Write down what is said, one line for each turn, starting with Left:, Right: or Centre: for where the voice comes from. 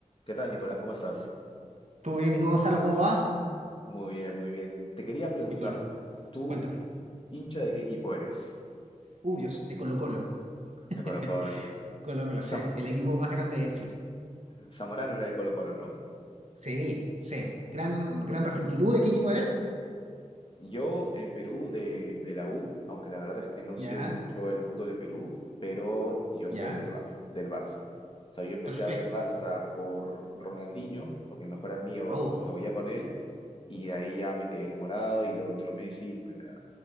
Left: ¿Qué tal, Nicolás? ¿Cómo estás?
Right: ¿Todo bien? ¿Y tú, Gonzalo, cómo va?
Left: Muy bien, muy bien. Te quería preguntar,
Right: Y bueno,
Left: ¿tú
Right: cuéntame.
Left: hincha de qué equipo eres?
Right: Uh, yo soy de Colo-Colo. <laughs>
Left: De Colo Colo.
Right: Colo-Colo,
Left: Zam-
Right: sí, el equipo más grande de Chile.
Left: Zamorano era de Colo Colo, ¿no?
Right: Sí, sí. Gran, gran referente. ¿Y tú de qué equipo eres?
Left: Yo en Perú de, de la U, aunque la verdad es que no
Right: Ya,
Left: sigo mucho el fútbol de Perú, pero yo
Right: ya.
Left: soy del Barça, del Barça. O sea, yo empecé
Right: Perfecto.
Left: a ver el Barça por Ronaldinho, porque mi mejor amigo
Right: Uh,
Left: lo veía con él, y de ahí ya me quedé enamorado, y luego entró Messi, y pues la,